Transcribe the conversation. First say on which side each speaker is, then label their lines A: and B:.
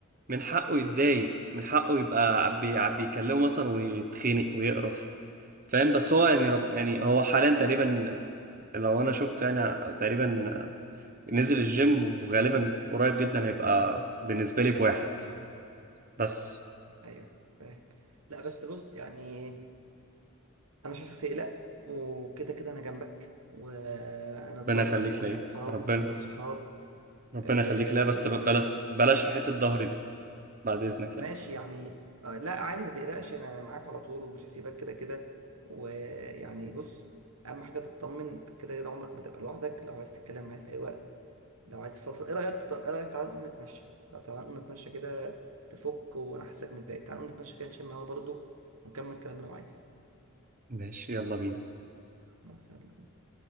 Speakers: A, on the right (about 40°); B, on the right (about 85°).
A: من حقه يتضايق من حقه يبقى بي... بيكلمه مثلا ويتخنق ويقرف فاهم بس
B: مم.
A: هو يعني رب... يعني هو حاليا تقريبا لو انا شفته يعني تقريبا نزل الجيم وغالبا قريب جدا هيبقى بالنسبة لي بواحد بس
B: ايوه فاهم لا
A: بس.
B: بس بص يعني انا مش عايزك تقلق وكده كده انا جنبك وانا
A: ربنا
B: في ظهرك
A: يخليك
B: واحنا
A: ليا
B: اصحاب
A: ربنا
B: وهنفضل صحاب
A: ربنا
B: آه
A: يخليك ليا بس
B: و...
A: ب- بلاش بلاش في حتة ظهري دي بعد إذنك
B: ماشي
A: يعني
B: يعني آه لا عادي ما تقلقش انا أنا معاك على طول ومش هسيبك كده كده ويعني بص اهم حاجه تطمن كده كده عمرك ما تبقى لوحدك لو عايز تتكلم معايا في اي وقت لو عايز فضفض ايه رايك تط- ايه رايك تعالى نقوم نتمشى لو تعالى نقوم نتمشى كده تفك وانا حاسسك متضايق تعالى نقوم نتمشى كده نشم هوا برضو ونكمل الكلام لو عايز
A: ماشي يلا بينا
B: خلاص يلا بينا